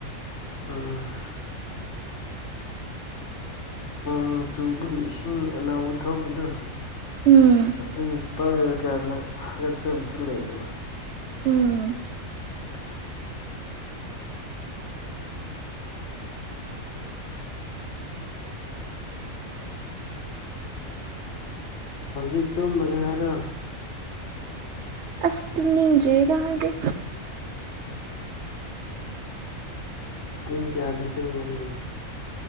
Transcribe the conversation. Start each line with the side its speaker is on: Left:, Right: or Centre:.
Left: ꯎꯝ ꯅꯣꯡ ꯆꯨꯕꯒꯤ ꯏꯁꯤꯡ ꯑꯅꯧꯕ ꯊꯣꯛꯄꯗꯨ
Right: ꯎꯝ
Left: ꯑꯗꯨ ꯄꯥꯏꯔꯀꯥꯟꯗ ꯍꯥꯒꯠꯆꯕꯁꯨ ꯂꯩꯕꯅꯤ
Right: ꯎꯝ
Left: <unintelligible> ꯍꯧꯖꯤꯛ ꯇꯨꯝꯃꯥꯒꯦ ꯍꯥꯏꯔꯣ
Right: ꯑꯁ ꯇꯨꯝꯅꯤꯡꯗ꯭ꯔꯤꯗ ꯑꯩꯗꯤ
Left: ꯄꯨꯡ ꯀꯌꯥꯗ ꯇꯨꯝꯒꯅꯤ